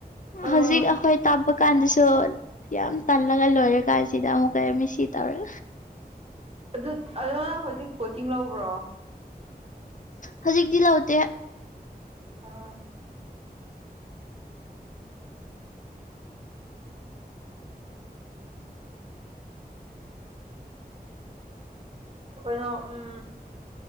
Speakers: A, on the right; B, on the left.
A: ꯑꯥ
B: ꯍꯧꯖꯤꯛ ꯑꯩꯈꯣꯏ ꯊꯕꯛ ꯀꯥꯟꯗꯁꯨ ꯌꯥꯝ ꯇꯜꯂꯒ ꯂꯣꯏꯔꯦ ꯀꯥꯟꯁꯤꯗ ꯑꯃꯨꯛ ꯑꯦꯝ ꯃꯦ ꯁꯤ ꯇꯧꯔꯦ
A: ꯑꯗꯣ ꯅꯪ ꯍꯧꯖꯤꯛ ꯀꯣꯆꯤꯡ ꯂꯧꯕ꯭ꯔꯣ
B: ꯍꯧꯖꯤꯛꯇꯤ ꯂꯧꯗꯦ
A: ꯑꯥ ꯀꯩꯅꯣ ꯎꯝ